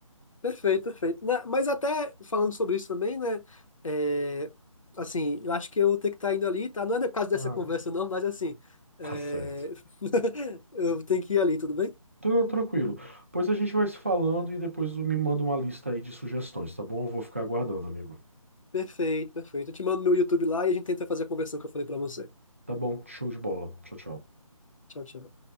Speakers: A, on the left; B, on the right.
A: Perfeito, perfeito. Né, Mas até falando sobre isso também, né? é, assim, eu acho que eu tenho que estar indo ali, tá? Não é no caso dessa
B: Ah,
A: conversa, não, mas assim, é,
B: Tá certo.
A: <laughs> eu tenho que ir ali, tudo bem?
B: Então, tranquilo. Pois a gente vai se falando e depois me manda uma lista aí de sugestões, tá bom? Eu vou ficar aguardando, amigo.
A: Perfeito, perfeito. Eu te mando meu YouTube lá e a gente tenta fazer a conversão que eu falei pra você.
B: Tá bom, show de bola. Tchau, tchau.
A: Tchau, tchau.